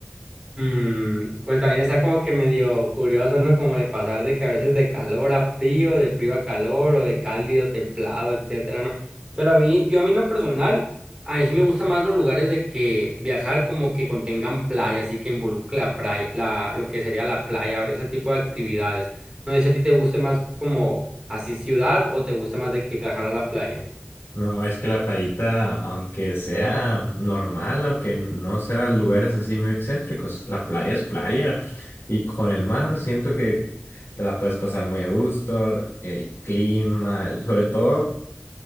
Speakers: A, on the right; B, on the left.
A: Mm, pues también está como que medio curioso, ¿no? Como de pasar de que a veces de calor a frío, de frío a calor, o de cálido, templado, etcétera, ¿no? Pero a mí, yo a mí en lo personal, a mí sí me gustan más los lugares de que viajar como que contengan playa, así que involucre la playa, la, lo que sería la playa, ese tipo de actividades. No sé si a ti te guste más como así ciudad o te gusta más de que viajar a la playa.
B: No, es que la playita, aunque sea normal, aunque no sea lugares así muy excéntricos, la playa es playa. Y con el mar siento que te la puedes pasar muy a gusto, el clima, el- sobre todo.